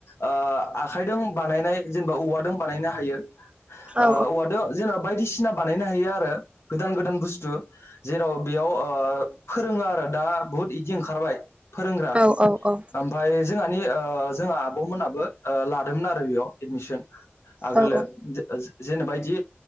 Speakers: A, on the left (about 80°); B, on the right (about 25°).
A: आ आखायदोन बानायनाय जेनेबा औवादों बानायनो हायो।
B: औ
A: ओ औवा दो जोंना बायदिसिना बानायनो हायो आरो। गोदान गोदान बुस्थु जेराव बेयाव ओ फोरोङो आरो दा बुहुथ इदि ओंखारबाय। फोरोंग्रा
B: औ औ
A: ओमफाय जोंहानि ओ जोंहा आब'मोनाबो ओ लादोंमोन आरो बेयाव एडमिसोन। आगोलो
B: औ
A: जो जो जेनेबा इदि